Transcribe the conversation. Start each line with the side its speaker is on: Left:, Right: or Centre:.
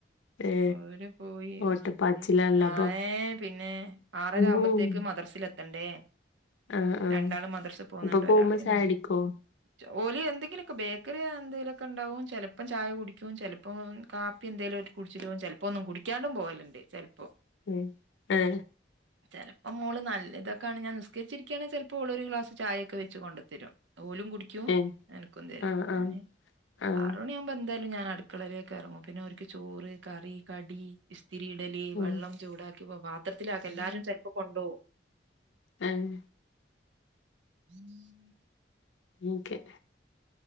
Left: ഏ
Right: ഓര് പോയി <unintelligible>
Left: ഓട്ടപ്പാച്ചിലാണല്ലോ
Right: ആയി
Left: അപ്പൊ
Right: പിന്നെ ആറരാവുമ്പത്തേക്ക്
Left: ഉം
Right: മദ്രസ്ൽ എത്തണ്ടേ
Left: ആ ആ
Right: രണ്ടാള് മദർസ് പോന്ന്ണ്ട്
Left: അപ്പൊ പോകുമ്പോ
Right: ഒരാള് പിന്നെ
Left: ചായ കുടിക്കോ
Right: <unintelligible> ഓല് എന്തെങ്കിലൊക്കെ ബേക്കറി എന്തെലൊക്കെ ണ്ടാവും ചെലപ്പം ചായ കുടിക്കും ചെലപ് ഇപ്പോം കാപ്പി എന്തേലോല് കുട്ച്ച്ട്ട് പോം ചെൽപ്പൊന്നും കുടിക്കാണ്ടും പോകല്ണ്ട് ചെൽപ്പോ
Left: ഉം എ
Right: ചെൽപ്പോ മോള് നല്ലതൊക്കാണ് ഞാൻ നിസ്കരിച്ചിരിക്ക്യാണെങ്കി ചെൽ ഇപ്പോളൊരു ഗ്ലാസ് ചായൊക്കെ വെച്ച് കൊണ്ട് തരും. ഓലും കുടിക്കു ക്കും
Left: ഏ
Right: എനക്കും തരാ
Left: ആ
Right: ഞാന്
Left: ആ ആഹ്
Right: ആറുമണിയാ ഇപ്പ എന്തായാലും ഞാൻ അടുക്കളയിലേക്ക് ഇറങ്ങും പിന്നെ ഓരുക്ക് ചോറ് കറി കടി ഇസ്തിരി ഇടല് വെള്ളം
Left: ആഹ്
Right: ചൂടാക്കി പാത്രത്തിലാക്ക എല്ലാരും ചെലപ്പോ കൊണ്ടുപോവും
Left: <unintelligible>
Right: <inaudible>
Left: ഓക്കെ